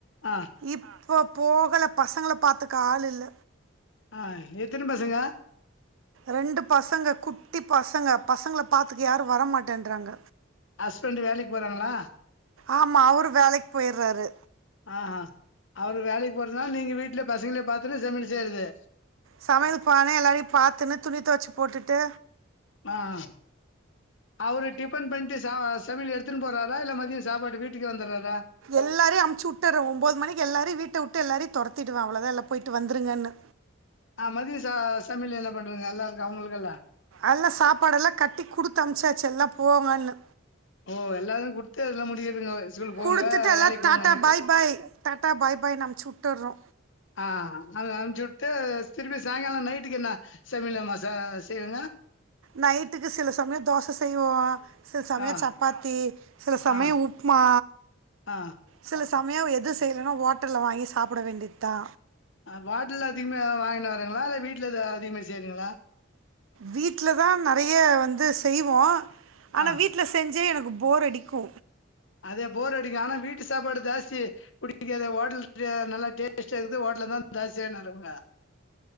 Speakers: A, on the left; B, on the right.
A: ஆ
B: இப்போ போகல பசங்கள பாத்துக்க ஆள் இல்ல
A: ஆ எத்தின் பசங்க
B: ரெண்டு பசங்க குட்டி பசங்க பசங்கள பாத்துக்க யாரும் வரமாட்டேன்றாங்க
A: ஹஸ்பண்ட்டு வேலைக் போறாங்ளா
B: ஆமா அவுரு வேலைக் போயிர்வாரு
A: அ ஆ அவரு வேலைக் போறதுனால நீங்க வீட்ல பசங்ள பாத்துன்னு சமயல் செய்றது
B: சமையல் பானே எல்லாரையும் பாத்துன்னு துணி தொவச்சி போட்டுட்டு
A: அ அ அவரு டிஃபன் பண்ட்டு சா சமையல் எடுத்துன் போறாரா இல்ல மதிய சாப்பாட்டு வீட்டுக்கே வந்துறாரா
B: எல்லாரையு அம்ச்சுஉட்டாரு ஒம்போது மணிக்கு எல்லாரையு வீட்ட உட்டு எல்லாரையு தொரத்திடுவ அவ்வுளோதா எல்லா போயிட்டு வந்துருங்கண்ணு
A: ஆ மதிய சா சமையல் எல்லா பண்றங்க எல்லாருக்கு அவங்களுக்கெல்லா
B: எல்லா சாப்பாடெல்லா கட்டி குடுத்து அனுப்ச்சாச்சி எல்லா போங்கோனு
A: ஓ எல்லாரு குடுத்து அதுல முடிக்கிறதுங்க ஸ்கூலுக்கு
B: குடுத்துட்டு
A: போங்க
B: எல்லா
A: வேலைக்கு
B: தாட்டா
A: போங்கன்னுட்டு
B: பாய் பாய் டாட்ட பாய் பாய்னு அம்ச்சுவுட் உட்டுர்ரோ
A: ஆ அத அம்சிவுட் டு திருப்பி சாயங்காலோ நைட்டுக்கு என்ன சமையல மச செய்விங்க
B: நைட்டுக்கு சில சமயோ தோச செய்வோ சில சமயோ
A: ஆ
B: சப்பாத்தி சில சமயோ
A: ஆ
B: உப்மா
A: ஆ
B: சில சமயோ எது செய்யலைனா ஹோட்டல்ல வாங்கி சாப்பிட வேண்டியதுதா
A: ஹோட்டல அதிகமா வாங்கினு வரிங்களா இல்ல வீட்டுல அதிகமா செய்றிங்ளா
B: வீட்ல தா வந்து நெறைய வந்து செய்வோ ஆனா
A: ஆ
B: வீட் வீட்ல செஞ்சி எனக்கு போர் அடிக்கு
A: அதே போர் அடிக்கு ஆனா வீட்டு சாப்பாடு ஜாஸ்தி குடி இதுக்கு அது ஹோட்டல் து நல்லா டேஸ்ட்டா இருக்குது ஹோட்டல தா தாசித்தியா நாங்க